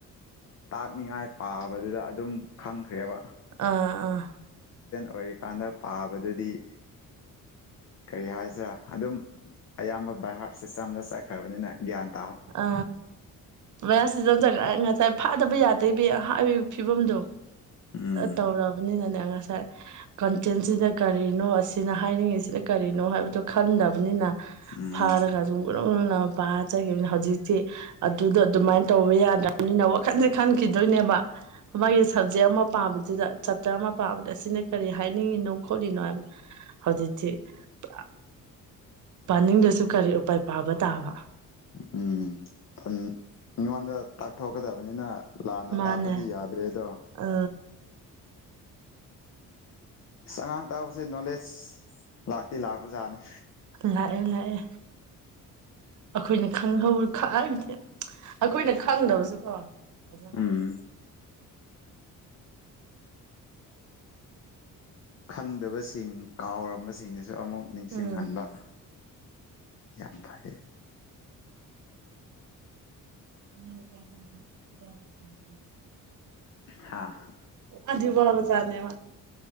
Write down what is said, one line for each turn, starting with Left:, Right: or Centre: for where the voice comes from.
Left: ꯇꯥꯛꯅꯤꯉꯥꯏ ꯄꯥꯕꯗꯨꯗ ꯑꯗꯨꯝ ꯈꯪꯈ꯭ꯔꯦꯕ
Right: ꯑꯥ ꯑꯥ
Left: ꯀꯔꯤ ꯀꯥꯟꯗ ꯄꯥꯕꯗꯗꯤ ꯀꯔꯤ ꯍꯥꯏꯁꯤꯔꯥ ꯑꯗꯨꯝ ꯑꯌꯥꯝꯕ ꯕꯥꯏ ꯍꯥꯔꯠ ꯁꯤꯁꯇꯦꯝꯗ ꯆꯠꯈ꯭ꯔꯕꯅꯤꯅ ꯒ꯭ꯌꯥꯟ ꯇ
Right: ꯑ ꯃ ꯁꯤꯖ ꯆ ꯉꯁꯥꯏ ꯐꯥꯗꯕ ꯌꯥꯗꯕ ꯍꯥꯏꯔꯤꯕ ꯐꯤꯕꯝꯗꯣ
Left: ꯎꯝ
Right: ꯇꯧꯔꯕꯅꯤꯅꯅꯦ ꯉꯁꯥꯏ ꯉꯁꯥꯏ ꯀꯟꯇꯦꯟꯁꯤꯗ ꯀꯔꯤꯅꯣ ꯑꯁꯤꯅ ꯍꯥꯏꯅꯤꯡꯉꯤꯁꯤꯅ ꯀꯔꯤꯅꯣ ꯍꯥꯏꯕꯗꯣ ꯈꯟꯗꯕꯅꯤꯅ
Left: ꯎꯝ
Right: ꯐꯥꯔꯒ ꯁꯨꯝꯅꯅꯅ ꯄꯥꯖꯈꯤꯕꯅꯤꯅ ꯍꯧꯖꯤꯛꯇꯤ ꯑꯗꯨꯗꯣ ꯑꯗꯨꯃꯥꯏꯅ ꯇꯧꯕ ꯌꯥꯗ꯭ꯔꯕꯅꯤꯅ ꯋꯥꯈꯟꯁꯦ ꯈꯟꯈꯤꯗꯣꯏꯅꯦꯕ ꯒꯤ ꯁꯕꯖꯌꯥ ꯑꯃ ꯄꯥꯕ ꯑꯗꯨꯗ ꯆꯥꯞꯇꯔ ꯑꯃ ꯄꯥꯕꯗ ꯑꯁꯤꯅ ꯀꯔꯤ ꯍꯥꯏꯅꯤꯡꯉꯤꯅꯣ ꯈꯣꯠꯂꯤꯅꯣ ꯍꯥꯏꯕ ꯍꯧꯖꯤꯛꯇꯤ <unintelligible> ꯄꯥꯅꯤꯡꯗꯨꯁꯨ ꯀꯔꯤ ꯎꯄꯥꯏ ꯄꯥꯕ ꯇꯥꯕ
Left: ꯎꯝ ꯎꯝ ꯃꯤꯉꯣꯟꯗ ꯇꯥꯛꯊꯣꯛꯀꯗꯕꯅꯤꯅ ꯂꯥꯟꯅ
Right: ꯃꯥꯅꯦ
Left: ꯇꯥꯛꯄꯗꯤ ꯌꯥꯗ꯭ꯔꯦ ꯑꯗꯣ
Right: ꯑ
Left: ꯑꯉꯥꯡ ꯇꯥꯕꯁꯦ ꯅꯣꯂꯦꯖ ꯂꯥꯛꯇꯤ ꯂꯥꯛꯄ ꯖꯥꯠꯅꯤ
Right: ꯂꯥꯛꯑꯦ ꯂꯥꯛꯑꯦ ꯑꯩꯈꯣꯏꯅ ꯈꯪꯍꯧꯔ ꯈ ꯍꯥꯏꯕꯗꯤ ꯑꯩꯈꯣꯏꯅ ꯈꯪꯗꯕꯁꯨ ꯀꯣ ꯑꯗꯨꯝ
Left: ꯎꯝ ꯈꯪꯗꯕꯁꯤꯡ ꯀꯥꯎꯔꯝꯕꯁꯤꯡꯁꯤꯁꯨ ꯑꯃꯨꯛ ꯅꯤꯡꯁꯤꯡꯍꯟꯕ
Right: ꯎꯝ
Left: ꯌꯥꯝ ꯐꯔꯦ
Right: ꯑꯅ ꯑꯗꯨ ꯇ ꯀ ꯑꯗꯨ ꯋꯥꯔ ꯀꯅ ꯀ
Left: ꯍꯥꯥ
Right: ꯑꯗꯨꯗꯤ ꯋꯥꯕꯖꯥꯅꯦꯕ